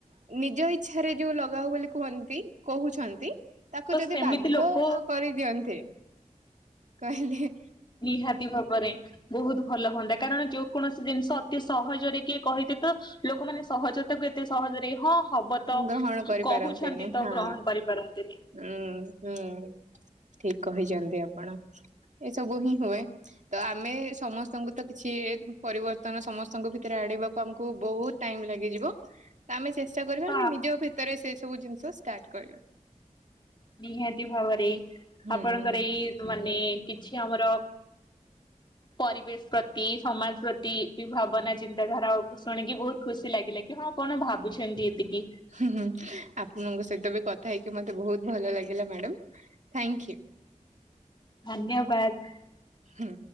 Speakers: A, on the right; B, on the left.
A: ନିଜ ଇଚ୍ଛାରେ ଯୋଉ ଲଗାଉ ବୋଲି କୁହନ୍ତି। କହୁଛନ୍ତି ତାକୁ
B: ତ
A: ଯଦି
B: ସେମିତି
A: ବାଧ୍ୟ
B: ଲୋକ
A: କରିଦିଅନ୍ତେ କହିଦିଏ।
B: ନିହାତି ଭାବରେ ବହୁତ ଭଲ ହୁଅନ୍ତା କାରଣ ଯୋଉ କୌଣସି ଜିନିଷ ଅତି ସହଜରେ କିଏ କହିତି ତ ଲୋକମାନେ ସହଜ ତାକୁ ଏତେ ସହଜରେ ହଁ ହବ ତ
A: ଗ୍ରହଣ କରିପାରନ୍ତିନି
B: କହୁଛନ୍ତି ତ
A: ହଁ
B: ଗ୍ରହଣ କରିପାରନ୍ତିନି
A: ଉଁ ହୁଁ ଠିକ। କହିଛନ୍ତି ଆପଣ ଏସବୁ ହିଁ ହୁଏ ତ ଆମେ ସମସ୍ତଙ୍କୁ ତ କିଛି ପରିବର୍ତ୍ତନ ସମସ୍ତଙ୍କ ଭିତରେ ଆଣିବାକୁ ଆମକୁ ବହୁତ ଟାଇମ ଲାଗିଯିବ ଆମେ କରିବା
B: ତ
A: ଆମେ ନିଜ ଭିତରେ ସେ ସବୁ ଜିନିଷ ଷ୍ଟାର୍ଟ କରିବା।
B: ନିହାତି ଭାବରେ।
A: ହୁଁ
B: ଆପଣଙ୍କର
A: ହୁଁ
B: ଏଇ ମାନେ କି ଛି ଆମର ପରିବେଶ ପ୍ରତି ସମାଜ ପ୍ରତି କି ଭାବନା ଚିନ୍ତାଧାରା ଉପ୍ପ ଶୁଣିକି ବହୁତ ଖୁସି ଲାଗିଲା କି। ହଁ ଆପଣ ଭାବୁଛନ୍ତି ଏତିକି
A: ହୁଁ ହୁଁ ଆପଣଙ୍କ ସହିତ ଏବେ କଥା ଥା ହେଇକି ମତେ ବହୁତ ଭଲ ଲାଗିଲା ମ୍ୟାଡମ୍ ଥାଙ୍କ୍ୟୁ।
B: ଧନ୍ୟବାଦ।
A: ହୁଁ।